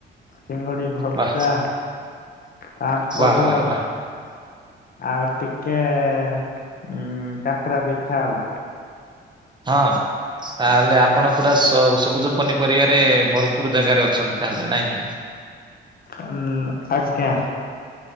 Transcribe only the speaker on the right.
ବା
ବା ବା ବା
ହଁ ତାହେଲେ ଆପଣ
ପୁରା ସବୁଜ ପନିପରିବାରେ ଭରପୁର ଜାଗାରେ ଅଛନ୍ତି ତାହେଲେ ନାଇଁ କି।